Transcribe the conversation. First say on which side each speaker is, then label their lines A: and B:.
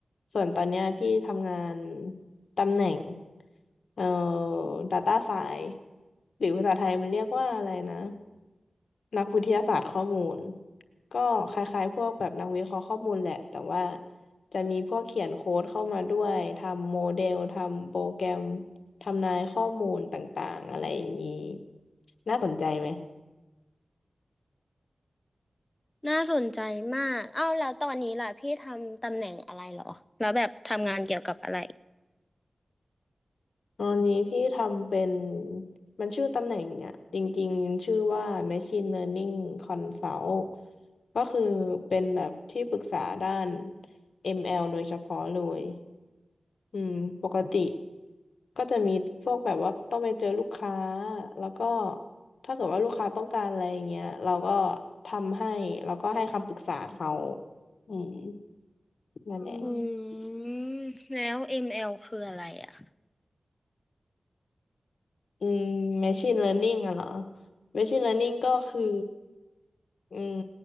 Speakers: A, on the left (about 80°); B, on the left (about 20°).
A: ส่วนตอนเนี้ยพี่ทำงานตำแหน่งเอ่อ Data Science หรือภาษาไทยมันเรียกว่าอะไรนะ นักวิทยาศาสตร์ข้อมูลก็คล้ายๆพวกแบบนักวิเคราะห์ข้อมูลแหละแต่ว่าจะมีพวกเขียนโค้ดเข้ามาด้วยทำโมเดลทำโปรแกรมทำนายข้อมูลต่างๆอะไรอย่างนี้น่าสนใจไหม
B: น่าสนใจมากเอ้าแล้วตอนนี้ล่ะพี่ทำตำแหน่งอะไรเหรอแล้วแบบทำงานเกี่ยวกับอะไร
A: ตอนนี้พี่ทำเป็นมันชื่อตำแหน่งอ่ะจริงๆมันชื่อว่า Machine Learning Consult ก็คือเป็นแบบที่ปรึกษาด้าน ML โดยเฉพาะเลย อืมปกติก็จะมีพวกแบบว่าต้องไปเจอลูกค้าแล้วก็ถ้าเกิดว่าลูกค้าต้องการอะไรอย่างเงี้ยเราก็ทำให้แล้วก็ให้คำปรึกษาเขาอืมนั่อืนแหละ
B: อืมแล้ว ML คืออะไรอ่ะ
A: อืม machine learning อะเหรอ machine learning ก็คืออืม